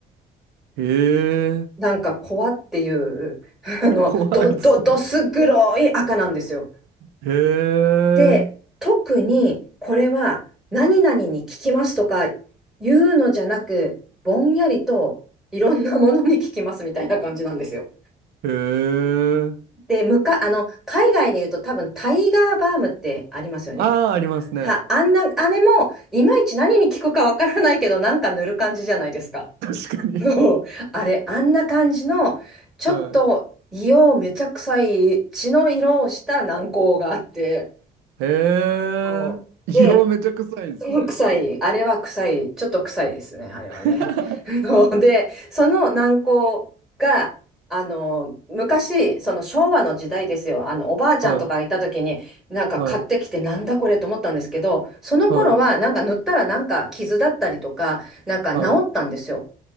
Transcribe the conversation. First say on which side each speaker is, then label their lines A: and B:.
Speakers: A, on the right (about 80°); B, in the centre.
A: いへえ
B: なんか、コアっていう、<laughs> あの、
A: 怖いっすね
B: ど、ど、どす黒い赤なんですよ。
A: へえ
B: で、特に、これは、何々に効きますとか言うのじゃなく、ぼんやりと、いろんなものに効きますみたいな感じなんですよ。
A: へえ
B: で、むか、あの、海外で言うと多分、タイガーバームってありますよね。
A: ああーありますね
B: は、あんな、あれも、いまいち何に効くかわからないけど、なんか塗る感じじゃないですか。
A: 確かに
B: そうあれ、あんな感じの、ちょっと硫黄めちゃ臭い血の色をした軟膏があって、
A: はいへえ。
B: そうで、
A: 硫黄めちゃ臭いですね、
B: その臭い、
A: しかも。
B: あれは臭い、ちょっと臭いですね、あれはね。
A: <laughs>
B: <laughs> で、その軟膏が、あの、昔、その昭和の時代ですよ、あの、おばあちゃんとかがいた時に、
A: はい、
B: なんか買ってきて、
A: はい、
B: なんだこれと思ったんですけど、その頃は、
A: はい、
B: なんか塗ったらなんか傷だったりとか、なんか治ったんですよ。
A: はい、